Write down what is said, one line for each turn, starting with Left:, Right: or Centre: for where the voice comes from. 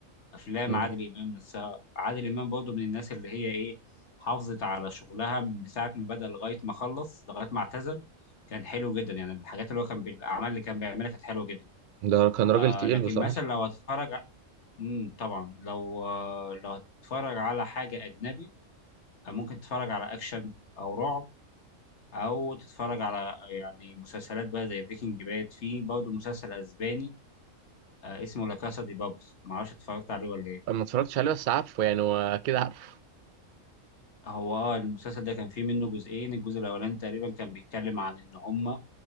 Left: افلام
Right: مم.
Left: عادل امام نفسها عادل امام برضه من الناس اللي هي ايه حافظت على شغلها من ساعة ما بدأ لغاية ما خلص لغاية ما اعتزل كان حلو جدا يعني الحاجات اللي هو كان بالاعمال اللي كان بيعملها كانت حلوة جدا
Right: ده كان راجل
Left: آه
Right: تقيل
Left: لكن
Right: بصراحة
Left: مثلا لو هتتفرج امم طبعا لو آه، لو هتتفرج على حاجة أجنبي آه، ممكن تتفرج على أكشن أو رعب أو تتفرج على آه، يعني مسلسلات بقى زي بريكنج باد في برضه مسلسل أسباني آه، اسمه لا كاسا دي بابلز معرفش اتفرجت عليه ولا إيه
Right: أنا ما اتفرجتش عليه بس عارفه يعني وأكيد عارفه
Left: هو اه المسلسل ده كان فيه منه جزئين الجزء الأولاني تقريبا كان بيتكلم عن إن هما